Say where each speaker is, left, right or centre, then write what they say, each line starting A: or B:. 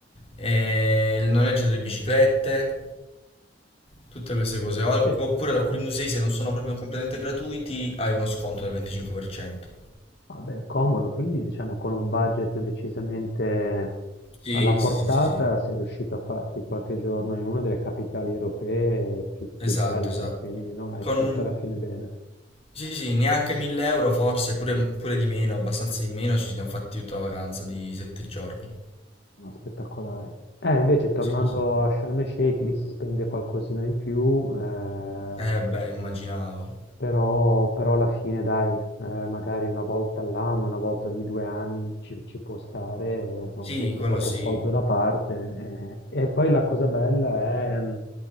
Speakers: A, on the left (about 35°); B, on the left (about 65°).
A: e il noleggio delle biciclette. Tutte queste cose, Al-
B: eh,
A: oppure
B: comodo.
A: ad alcuni musei se non sono proprio completamente gratuiti hai uno sconto del 25%.
B: Vabbè, comodo, quindi diciamo con un budget decisamente
A: Sì,
B: alla portata
A: sì, sì, sì, sì.
B: sei riuscito a farti qualche giorno in una delle capitali europee più, più
A: Esatto,
B: belle,
A: esatto.
B: quindi no, hai
A: Con,
B: scelto alla fine bene,
A: sì, sì, neanche 1000 euro forse, pure, pure di meno, abbastanza di meno, ci siamo fatti tutta la vacanza di sette giorni.
B: ma spettacolare. Eh, invece tornando
A: Sì, sì, sì.
B: a Sharm el Sheikh, lì si spende qualcosina di più, eh,
A: Eh beh, immaginavo.
B: Però, però alla fine, dai, eh, magari una volta all'anno, una volta ogni due anni ci, ci può stare, uno
A: Sì,
B: mette
A: quello
B: qualche
A: sì.
B: soldo da parte. eh. E poi la cosa bella è mm,